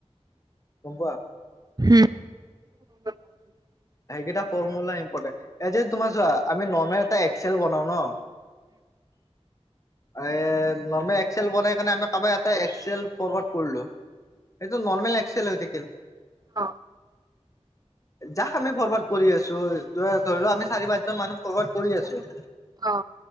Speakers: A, on the left (about 30°); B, on the right (about 35°).
A: গম পোৱা
B: উম
A: সেইকেইটা ফৰ্মুলা ইম্পটেণ্ট এজ এ তোমাৰ চোৱা আমি নৰ্মেল এটা এক্সেল বনাও ন এই নৰ্মেল এক্সেল বনাই কেনে আমি কাৰবাক এটা এক্সেল ফৰৱাৰ্ড কৰিলো এইটো নৰ্মেল এক্সেল হৈ থাকিল
B: অ
A: যাক আমি ফৰৱাৰ্ড কৰি আছো ধৰি লও আমি চাৰি পাঁচজন মানুহ ফৰৱিৰ্ড কৰি আছো
B: অ